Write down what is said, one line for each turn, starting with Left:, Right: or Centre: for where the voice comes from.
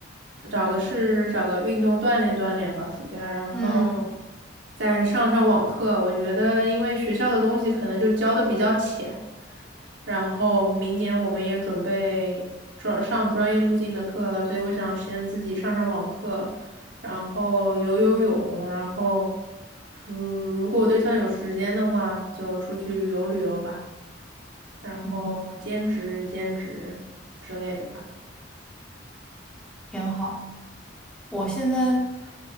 Right: 找个事，找个运动锻炼锻炼吧，暑假，然后
Centre: 嗯
Right: 再上上网课。我觉得，因为学校的东西可能就教的比较浅，然后明年我们也准备专上专业路径的课了，所以我想先自己上上网课，然后游游泳，然后如如果我对象有时间的话，就出去旅游旅游吧，然后兼职兼职之类的吧。
Centre: 嗯，挺好。我现在